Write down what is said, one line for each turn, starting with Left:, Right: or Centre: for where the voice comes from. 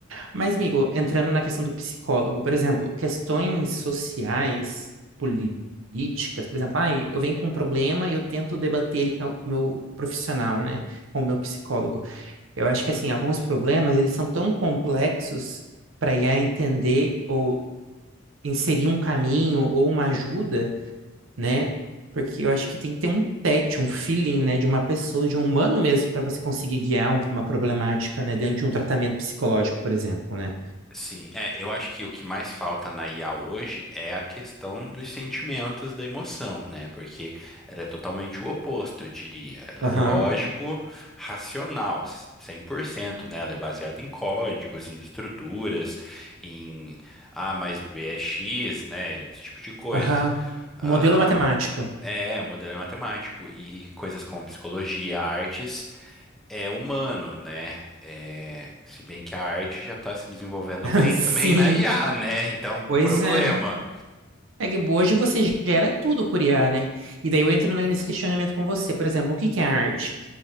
Right: Mas, amigo, entrando na questão do psicólogo, por exemplo, questões sociais, políticas, por exemplo, ai, eu venho com um problema e eu tento debater ele com o meu profissional, né? Com o meu psicólogo. Eu acho que assim, alguns problemas eles são tão complexos para I a entender ou inserir um caminho ou uma ajuda, né? Porque eu acho que tem que ter um tete, um feeling, né, de uma pessoa, de um humano mesmo, para você conseguir guiar um- uma problemática, né, dentro de um tratamento psicológico, por exemplo, né?
Centre: Sim, é, eu acho que o que mais falta na IA hoje é a questão dos sentimentos, da emoção, né? Porque ela é totalmente o oposto, eu diria. Ela
Right: Aham,
Centre: é lógico, racional, 100% né? Ela é baseada em códigos, em estruturas, em A mais B é X, né? Esse tipo de coisa.
Right: aham.
Centre: Ah,
Right: Modelo matemático.
Centre: é, o modelo é matemático e coisas como psicologia, artes é humano, né? É, se bem que a arte já está se desenvolvendo
Right: <laughs>
Centre: bem
Right: Sim,
Centre: também na IA, né? Então,
Right: pois
Centre: problema.
Right: é. É que hoje você gera tudo por IA, né? E daí eu entro nesse questionamento com você. Por exemplo, o que que é arte?